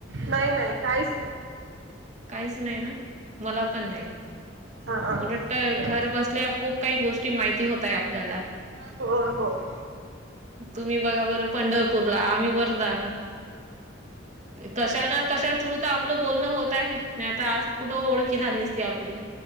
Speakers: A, on the right; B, on the right.
A: नाही नाही काहीच नाही
B: काहीच नाही ना मला पण नाही.
A: हा हा.
B: उलट घर बसल्या खूप काही गोष्टी माहिती होतय आपल्याला,
A: होय होय
B: तुम्ही बघा बरं पंढरपूरला आम्ही व- र्धा कशा ना कशा थ्रु तर आपलं बोलणं हो त आहे. नाही तर आज कुठं ओळखी झाली असती आपली.